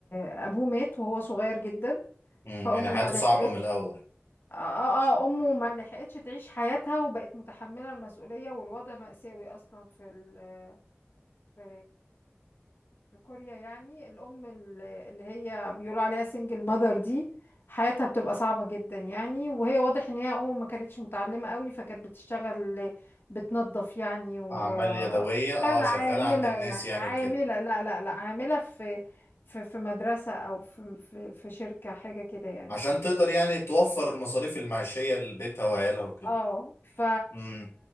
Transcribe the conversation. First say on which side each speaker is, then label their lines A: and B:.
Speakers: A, on the left; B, on the left.
A: آه، ابوه مات وهو صغير جدا
B: مم،
A: فامه
B: يعني حياته
A: ما لحقتش
B: صعبة من الأول
A: اه آه، آه، امه ما لحقتش تعيش حياتها وبقت متحملة المسؤولية والوضع مأساوي اصلا في ال- في في كوريا يعني الأم ال- اللي هي بيقولوا عليها سنجل ماذر دي حياتها بتبقى صعبة جدا يعني وهي واضح ان هي أم ما كانتش متعلمة قوي فكانت بتشتغل بتنظف يعني وبتشتغل
B: أعمال يدوية أه شغالة
A: عاملة
B: عند الناس
A: يعني
B: يعني
A: عاملة
B: وكده
A: لا لا لا عاملة في في في مدرسة أو في في في شركة حاجة كده يعني
B: عشان تقدر يعني توفر المصاريف المعيشية لبيتها وعيالها وكده
A: اه ف...
B: امم